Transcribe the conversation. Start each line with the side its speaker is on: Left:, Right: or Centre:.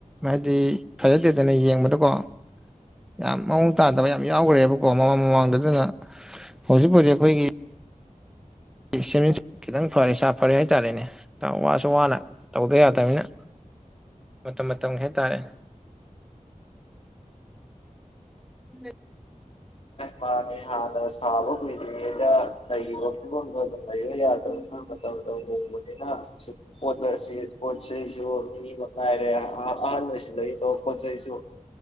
Centre: ꯍꯥꯏꯗꯤ ꯐꯖꯗꯦꯗꯅ ꯌꯦꯡꯕꯗꯀꯣ ꯌꯥꯝ ꯃꯑꯣꯡ ꯇꯥꯗꯕ ꯌꯥꯝ ꯌꯥꯎꯈ꯭ꯔꯦꯕꯀꯣ ꯃꯃꯥꯡ ꯃꯃꯥꯡꯗ ꯑꯗꯨꯅ ꯍꯧꯖꯤꯛꯄꯨꯗꯤ ꯑꯩꯈꯣꯏꯒꯤ ꯁꯦꯕꯤꯡꯁ ꯈꯤꯇꯪ ꯐꯔꯦ ꯁꯥ ꯐꯔꯦ ꯍꯥꯏꯇꯥꯔꯦꯅꯦ ꯋꯥꯁꯨ ꯋꯥꯅ ꯇꯧꯗ ꯌꯥꯗꯅꯤꯅ ꯃꯇꯝ ꯃꯇꯝꯒꯤ ꯍꯥꯏꯇꯥꯔꯦ ꯎꯝ
Left: ꯃꯅꯤ ꯍꯥꯥꯟꯅꯁ ꯁꯕ ꯀꯨꯏꯗ꯭ꯔꯤꯉꯩꯗ ꯂꯩꯒꯤꯕ ꯐꯤꯚꯝꯗꯣ ꯑꯗꯨꯝ ꯂꯩꯕ ꯌꯥꯗꯝꯅꯤꯅ ꯃꯇꯝ ꯂꯨꯍꯣꯡꯕꯅꯤꯅ ꯄꯣꯠꯂꯁꯤ ꯄꯣꯠ ꯆꯩꯁꯨ ꯅꯤꯡꯕ ꯀꯥꯏꯔꯦ ꯑ ꯑꯍꯥꯟꯕ ꯁꯤꯗꯩꯗꯣ ꯄꯣꯠꯆꯩꯁꯨ